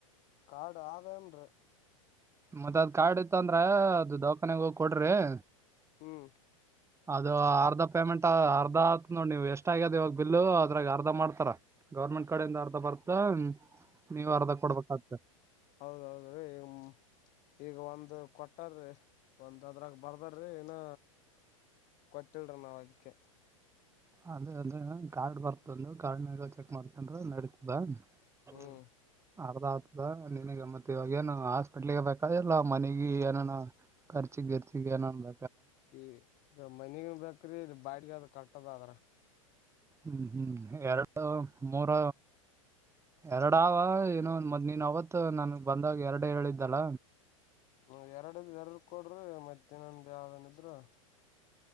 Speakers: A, on the left; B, on the right.
A: ಕಾರ್ಡು ಆದದನ್.
B: ಮತ್ತೆ ಅದ್ ಕಾರ್ಡ್ ಇತ್ತಂದ್ರ ಅದು ದವಾಖಾನೆಗೆ ಹೋಗಿ ಕೊಡ್ರಿ
A: ಹ್ಮ್.
B: ಅದು ಅರ್ಧ ಪೇಮೆಂಟ್ ಅರ್ಧ ಆತ ನೋಡ್ ನೀವು ಎಷ್ಟ ಆಯ್ತು. ಹಗ ಅದ ಇವಾಗ ಬಿಿಲ್ಲು ಅದ್ರಾಗ ಅರ್ಧ ಮಾಡ್ತಾರ ಗವರ್ಮೆಂಟ್ ಕಡೆಯಿಂದ ಅರ್ಧ ಬರ್ತ. ನೀವ್ ಅರ್ಧ ಕೊಡ್ಬೇಕಾಗ್ತ.
A: ಹೌದೌದು ರೀ ಈ. ಈಗ ಒಂದ ಕೊಟ್ಟಾರ್ರಿ ಒಂದ್ ಅದ್ರಾಗ ಬರ್ದಾರ್ರಿ ಏನ. ಕೊಟ್ಟಿಲ್ರಿೀ ನಾವ್ ಅದಕ್ಕೆ.
B: ಅದೇ ಅದ ಕಾರ್ಡ್ ಬರ್ತಂದು ಕಾರ್ಡ್ ಮಾಗ ಚೆಕ್ ಮಾಡ್ತೀನಿ ನಡಿತದ. ಹ್ಮ.
A: ಹ್ಮ್
B: ಅರ್ಧ ಆಗ್ತದ ನಿನಗ ಮತ್ತ ಏನ್ ಇವಾಗ ಏನು ಹಾಸ್ಪಿಟ್ಲಿಗೆ ಬೇಕಾದಲ್ಲ ಮನೆಗ ಏನನು. ಕರ್ಚಿ ಗಿರ್ಚಿಿಗೆನಂದ.
A: ಈ ಮನಗು ಬೇಕ್ರೀ ಬಾಡಿಗೆ ಅದ ಕಟ್ಟದಾದ್ರ.
B: ಹ್ಮ್ ಹ್ಮ್ ಎರಡು ಮೂರ ಎರಡ ಅವ ಏನುೋ ಮ್ ನೀನ್ ಅವತ್ತು ನನ್ಗ್ ಬಂದಾಗ ಎರಡು ಹೇಳಿದ್ದಲ್ಲ
A: ಹ ಎರಡದ ಎರ ಕೊಡ್ರಿ ಮತ್ತನ್ನೊಂದ ಯಾವ್ದನ ಇದ್ರು